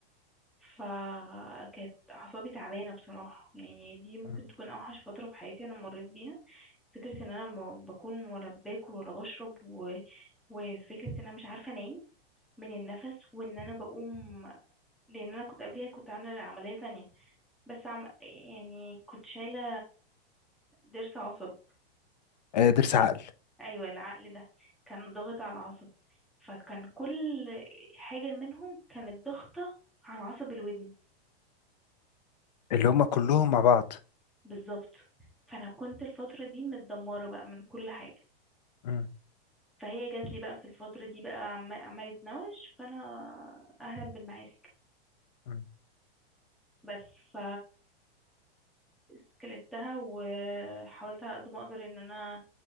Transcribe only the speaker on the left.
مم.
آه، ضرس عقل
اللي هما كلهم مع بعض
مم.
مم.